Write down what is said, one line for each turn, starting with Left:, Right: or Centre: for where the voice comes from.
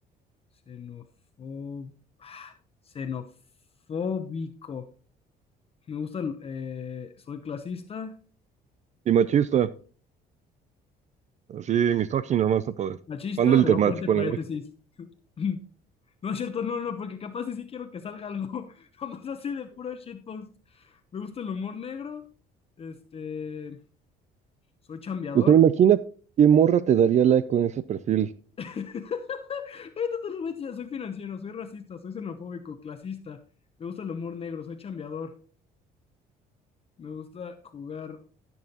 Left: xenofo, ah, xenofóbico. Me gusta, el- eh, soy clasista,
Right: Y machista, así misógino más no poder.
Left: Machista,
Right: Cuando el
Left: le
Right: temach,
Left: voy a poner
Right: ponle.
Left: paréntesis. <laughs> No es cierto, no, no, no, porque capaz y sí quiero que salga algo, <laughs> nomás así de puro shitpost. Me gusta el humor negro, este, soy chambeador.
Right: O sea, imagina qué morra te daría like con ese perfil.
Left: <laughs> Ahorita te lo voy a enseñar, soy financiero, soy racista, soy xenofóbico, clasista. Me gusta el humor negro, soy chambeador. Me gusta jugar